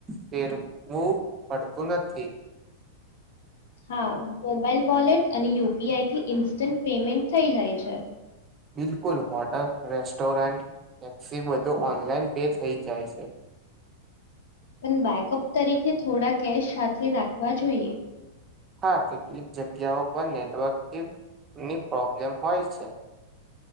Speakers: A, on the right; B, on the left.
A: ફેરવું પડતું નથી
B: હા મોબાઈલ વોલેટ અને યુપીઆઈથી ઇન્સ્ટન્ટ પેમેન્ટ થઈ જાય છે
A: બિલકુલ હોટલ રેસ્ટોરન્ટ ટેક્સી બધું ઓનલાઈન પે થઈ જાય છે
B: પણ બેકઅપ તરીકે થોડા કેશ સાથે રાખવા જોઈએ
A: હા કેટલીક જગ્યાઓ પર નેટવર્કની પ્રોબ્લેમ હોય છે